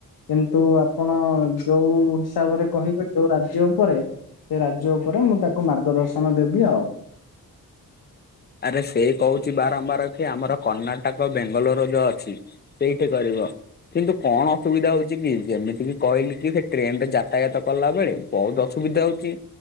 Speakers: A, on the left; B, on the left.
A: କିନ୍ତୁ ଆପଣ ଯୋଉ ହିସାବରେ କହିବେ ଯୋଉ ରାଜ୍ୟ ଉପରେ ସେ ରାଜ୍ୟ ଉପରେ ମୁଁ ତାକୁ ମାର୍ଗ ଦର୍ଶନ ଦେବି ଆଉ।
B: ଆରେ ସେଇ କହୁଛି ବାରମ୍ବାର କି ଆମର କର୍ଣ୍ଣାଟକ ବେଙ୍ଗୋଲୋର ଯୋଉ ଅଛି ସେଇଠି କରିବ କିନ୍ତୁ କଣ ଅସୁବିଧା ହଉଛି କି ଯେମିତି କି କହିଲି କି ସେ ଟ୍ରେନରେ ଯାତାୟତ କଲା ବେଳେ ବହୁତ ଅସୁବିଧା ହଉଛି